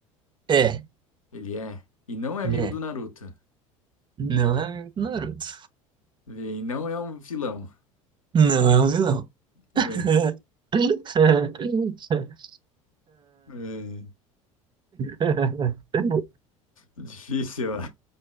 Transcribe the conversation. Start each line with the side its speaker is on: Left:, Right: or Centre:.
Right: É,
Left: Ele é. E não é amigo
Right: ele é.
Left: do Naruto.
Right: Não é amigo do Naruto.
Left: Bem, não é um vilão.
Right: Não é um vilão.
Left: Bem,
Right: <laughs>
Left: bem,
Right: Ah, <laughs>
Left: difícil. ó.